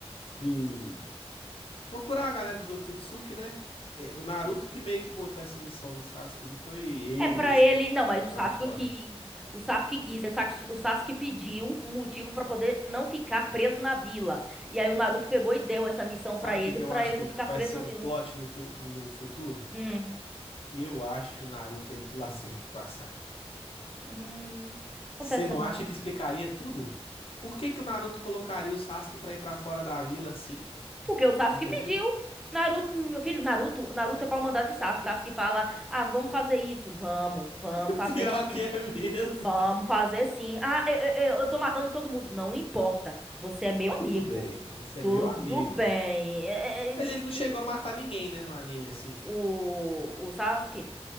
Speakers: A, on the left; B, in the centre.
A: do Procurar a galera dos Otsutsuki, né? É, o Naruto que meio que botou essa missão no Sasuke, não foi ele,
B: É pra
A: assim,
B: ele.
A: que ficou
B: Não, mas
A: pra
B: o Sasuke
A: fora.
B: que o Sasuke quis, o Sas- o Sasuke pediu um motivo pra poder não ficar preso na vila. E aí o Naruto pegou e deu essa missão
A: Sabe
B: pra ele,
A: o que que
B: pra
A: eu acho
B: ele
A: que
B: não ficar
A: vai
B: preso
A: ser
B: na
A: um
B: vila.
A: plot no, tu- no futuro?
B: Hum,
A: Eu acho que o Naruto ele pula a cerca com a Sakura.
B: hum, acontece
A: Você não
B: não.
A: acha que explicaria tudo? Por que que o Naruto colocaria o Sasuke pra ir pra fora da vila assim?
B: Porque o Sasuke
A: Entendeu?
B: pediu. Naruto, meu filho, Naruto, Naruto é pau mandado de Sasuke. Sasuke fala: "Ah, vamos fazer isso. Vamos, vamos
A: <laughs>
B: fazer
A: Pior
B: sim.
A: que é mesmo.
B: Vamos fazer sim. Ah, eu, eu, eu eu tô matando todo mundo. Não importa. Você é meu
A: Tudo
B: amigo.
A: bem, você
B: Tudo
A: é meu amigo.
B: bem. É, é, é, e-
A: Mas ele não
B: e-
A: chegou a matar ninguém, né, no anime assim.
B: o, o Sasuke?